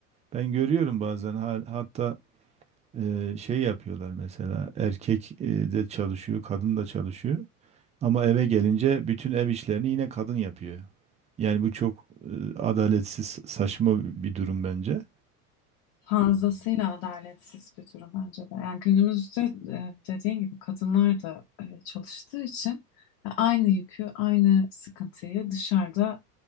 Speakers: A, on the right; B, on the left.
A: Ben görüyorum bazen ha- hatta e, şey yapıyorlar mesela erkek e, de çalışıyor, kadın da çalışıyor ama eve gelince bütün ev işlerini yine kadın yapıyor. Yani bu çok e, adaletsiz, saçma bir durum bence.
B: Fazlasıyla adaletsiz bir durum bence de. Yani günümüzde e, dediğin gibi kadınlar da e, çalıştığı için e, aynı yükü, aynı sıkıntıyı dışarıda